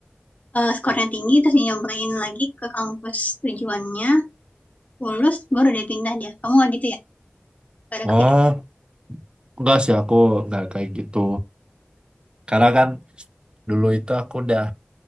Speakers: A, on the left (about 40°); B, on the right (about 25°).
A: eh, skornya tinggi, terus dia nyobain lagi ke kampus tujuannya, lulus, baru dia pindah dia. Kamu nggak gitu ya? Gak ada
B: oh
A: kepikiran.
B: enggak sih aku nggak kayak gitu karena kan dulu itu aku udah